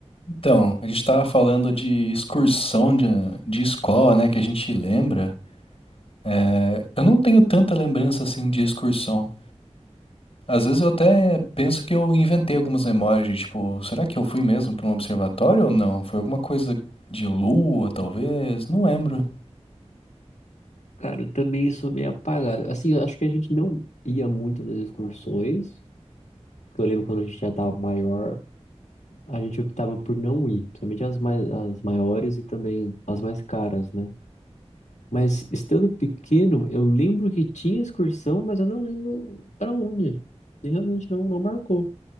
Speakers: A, on the left; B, on the left.
A: Então, a gente estava falando de excursão de, de escola, né, que a gente lembra. É, eu não tenho tanta lembrança assim de excursão. Às vezes eu até penso que eu inventei algumas memórias, de, tipo, será que eu fui mesmo para um observatório ou não? Foi alguma coisa de lua, talvez? Não lembro.
B: Cara, eu também sou meio apagado. Assim, eu acho que a gente não ia muito nas excursões, porque eu lembro quando a gente já tava maior, a gente optava por não ir, principalmente as mais, as maiores e também as mais caras, né? Mas estando pequeno, eu lembro que tinha excursão, mas eu não lembro pra onde. E realmente não, não marcou.